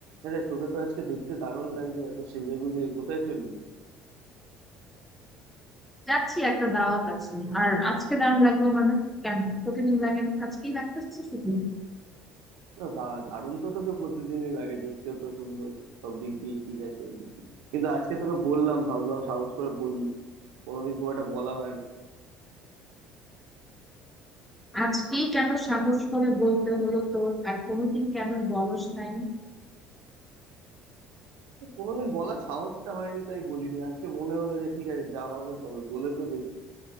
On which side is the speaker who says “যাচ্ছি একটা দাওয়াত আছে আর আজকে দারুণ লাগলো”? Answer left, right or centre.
Centre